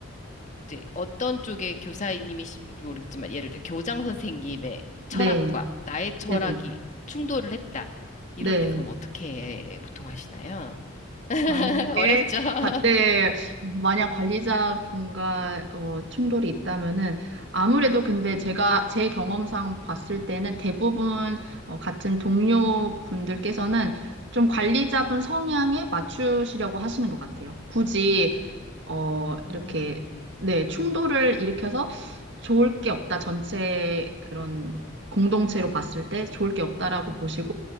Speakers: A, on the left; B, on the right.
A: 이제 어떤 쪽의 교사님이신지 모르겠지만 예를 들어 교장 선생님의 철학과
B: 네.
A: 나의 철학이
B: 네네.
A: 충돌을 했다. 이럴
B: 네.
A: 땐 그럼 어떻게 보통 하시나요? <laughs>
B: 만약에
A: 어렵죠. <laughs>
B: 관- 네, 만약 관리자분과 어, 충돌이 있다면은 아무래도 근데 제가 제 경험상 봤을 때는 대부분 어, 같은 동료분들께서는 좀 관리자분 성향에 맞추시려고 하시는 것 같아요. 굳이 어,
A: 음,
B: 이렇게, 네, 충돌을 일으켜서 좋을 게 없다. 전체 그런 공동체로 봤을 때 좋을 게 없다라고
A: 음,
B: 보시고,